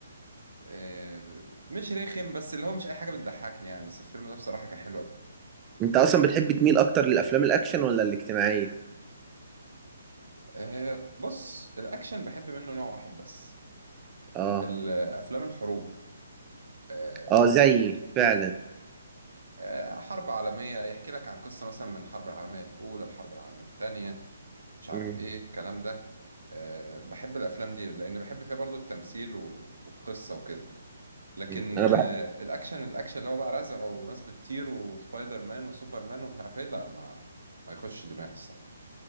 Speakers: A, on the right; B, on the right.
A: آه، مش رخم بس اللي هو مش اي حاجه بتضحكني يعني بس الفيلم ده بصراحه كان حلو قوي
B: انت اصلا بتحب تميل اكتر للافلام الاكشن ولا الاجتماعيه
A: آه، بص الاكشن بحب منه نوع واحد بس
B: اه
A: الافلام الحروب آه،
B: اه زيي فعلا
A: آه، حرب عالميه يحكي لك عن قصه مثلا من الحرب العالميه الاولى الحرب العالميه الثانيه مش عارف
B: مم،
A: ايه الكلام ده آه، بحب الافلام دي لان بحب فيها برضو التمثيل و- والقصه وكده لكن
B: مم.
A: آه،
B: انا بحب
A: الاكشن الاكشن اللي هو بقى رزع وناس بتطير وسبايدر مان وسوبر مان ومش عارف ايه لا ما ما يخش دماغي الصراحه